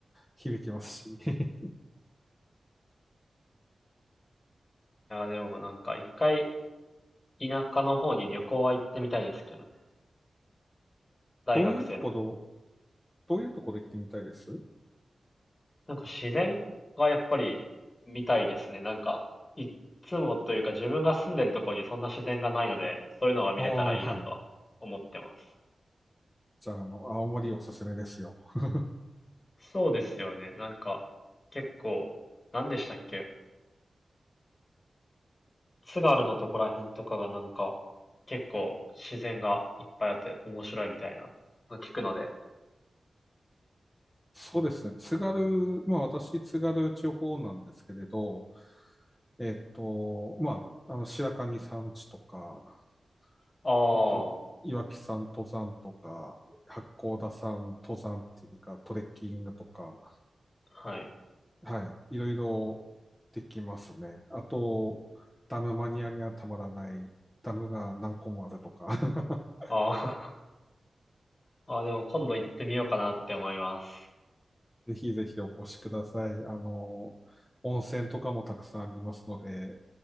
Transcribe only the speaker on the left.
いや、でもなんか一回田舎の方に旅行は行ってみたいですけどね。大学生の。
なんか自然がやっぱり見たいですね。なんか、いつもというか自分が住んでるところにそんな自然がないので、そういうのが見れたらいいなとは思ってます。
そうですよね。なんか、結構、何でしたっけ津軽のとこらへんとかがなんか、結構自然がいっぱいあって面白いみたいなの聞くので。
あ
あ、
はい。
あー <laughs> あー、あでも今度行ってみようかなって思います。